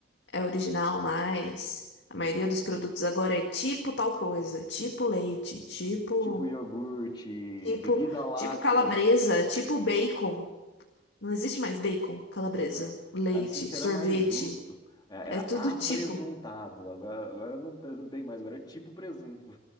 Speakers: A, on the left; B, on the left.
A: é original mais. A maioria dos produtos agora é tipo tal coisa, tipo leite, tipo,
B: tipo iogurte,
A: tipo,
B: bebida láctea.
A: tipo calabresa, tipo bacon. Não existe mais bacon, calabresa,
B: é.
A: leite,
B: Antes a gente
A: sorvete,
B: era mais justo. É,
A: é
B: Era
A: tudo
B: apresuntado.
A: tipo.
B: Agora, agora não, tem- não tem mais, agora é tipo presunto.